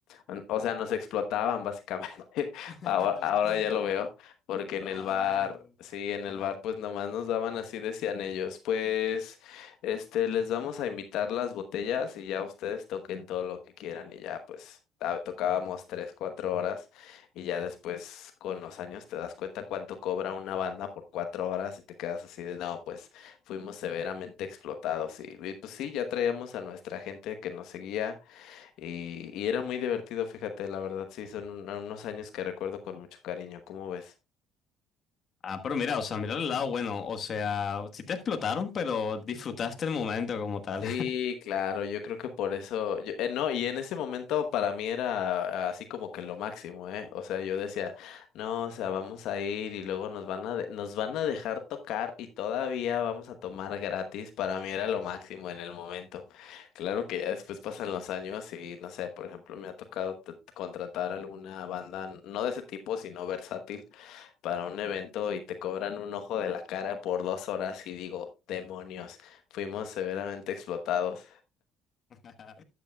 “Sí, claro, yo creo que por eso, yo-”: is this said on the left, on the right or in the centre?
Left